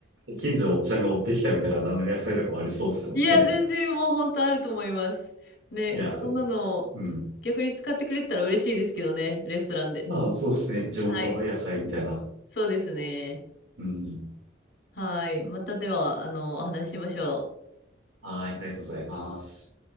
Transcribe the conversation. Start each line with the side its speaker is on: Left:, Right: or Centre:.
Right: 近所のおっちゃんが持ってきたみたいな、なんなら野菜とかもありそうですもんね。
Left: いや、全然もう本当あると思います。ね、
Right: いや、
Left: そんなの逆に使ってくれたら嬉しいですけどね、
Right: うん。
Left: レストランで。
Right: まあ、そうですね。地元の野菜みたいな。
Left: はい。そうですね。
Right: うん。
Left: はい。またでは、あの、お話ししましょう。
Right: はい、ありがとうございます。